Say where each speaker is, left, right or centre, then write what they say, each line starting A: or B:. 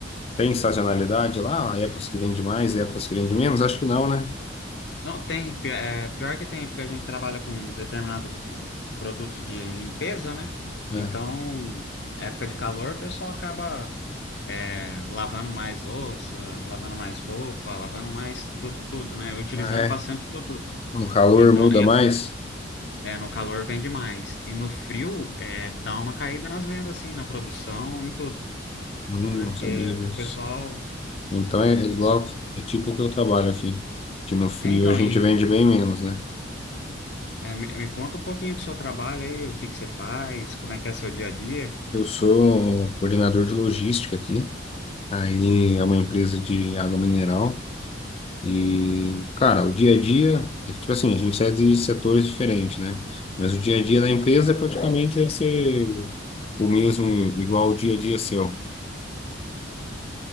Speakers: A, on the left (about 30°); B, on the left (about 60°).
A: Tem sazonalidade lá? Épocas que vende mais, épocas que vende menos? Acho que não, né?
B: Não, tem. pi- É, pior que tem, porque a gente trabalha com determinado produto de limpeza, né?
A: É.
B: Então, época de calor, o pessoal acaba é, lavando mais louça, lavando mais roupa, lavando mais tu- tudo, né? Utilizando
A: Mas é.
B: bastante produto.
A: No calor
B: Então,
A: muda mais?
B: é, é, no calor vende mais. E no frio, é, dá uma caída nas vendas, assim, na produção, em tudo.
A: Hum,
B: Porque
A: não sabia disso.
B: o pessoal.
A: Então é, é igual,
B: só-
A: é tipo o que eu trabalho aqui. Que no frio
B: É, então,
A: a gente
B: e.
A: vende bem menos, né?
B: É, me, me conta um pouquinho do seu trabalho aí, o que que você faz, como é que é seu dia a dia.
A: Eu sou um coordenador de logística aqui. Aí é uma empresa de água mineral. E, cara, o dia a dia, é que, tipo assim, a gente sai de setores diferentes, né? Mas o dia a dia
B: Sim.
A: da empresa praticamente deve ser o mesmo, igual o dia a dia seu.